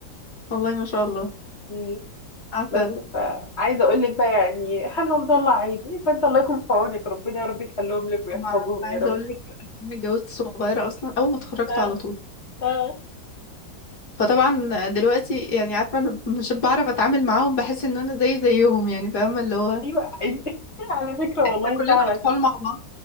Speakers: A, on the left (about 55°); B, on the left (about 30°).
A: والله ما شاء الله
B: مم.
A: عسل
B: بس فعايزة اقول لك بقى يعني <laughs> احنا مطلع عيني فانت الله يكون في عونك ربنا يا رب يخليهم لك ويحفظهم
A: ما- عايزة
B: يا رب
A: أقول لك أنا اتجوزت صغيرة أصلا أول ما اتخرجت
B: اه
A: على طول
B: اه
A: فطبعا دلوقتي يعني عارفة أنا مش بعرف أتعامل معاهم بحس إن أنا زي زيهم يعني فاهمة اللي هو
B: ايوه <laughs> على فكرة والله
A: احنا كلنا
B: فعلا
A: أطفال مع بعض